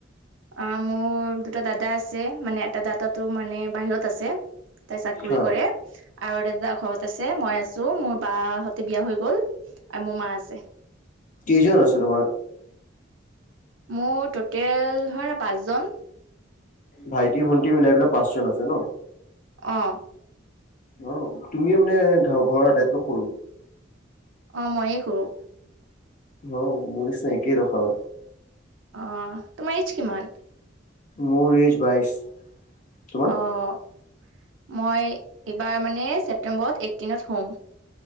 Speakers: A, on the right; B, on the left.
A: অ, মোৰ দুটা দাদা আছে মানে এটা দাদো মানে বাহিৰত আছে। তাত চাকৰি
B: হা
A: কৰে আৰু এটা দাদা ঘৰত আছে, মই আছো, মোৰ বাহতি বিয়া হৈ গ'ল। আও মোৰ মা আছে।
B: কেইজন আছে তোমাৰ?
A: মোৰ টটেল ধৰা পাঁচ জন।
B: ভাইটি ভন্টি মিলাই পেলাই পাঁচজন আছে ন।
A: অ।
B: অ তুমিয়ে মানে ঘ ঘৰৰ আটাইতকৈ সৰু?
A: অ মইয়ে সৰু।
B: অ মোৰ নিচিনা একেই দশা।
A: অ তোমাৰ এইজ কিমান?
B: মোৰ এইজ বাইশ। তোমাৰ?
A: অ মই এইবাৰ মানে ছেপটেম্বৰত এইটিনত হ'ম।